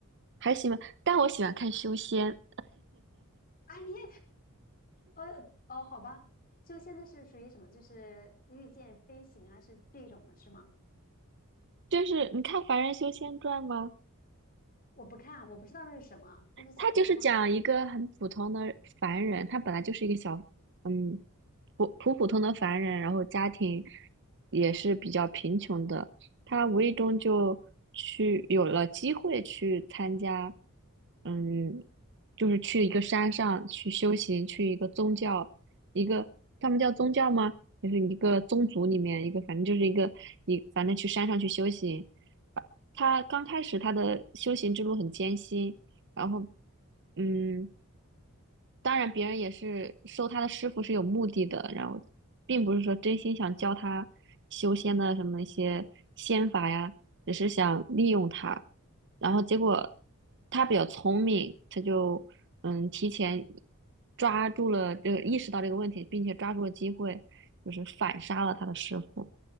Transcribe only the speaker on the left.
啊，你也呃，哦，好吧，就现在是属于什么？就是御剑飞行啊，是这种的，是吗？
我不看，我不知道那是什么，那是小说吗？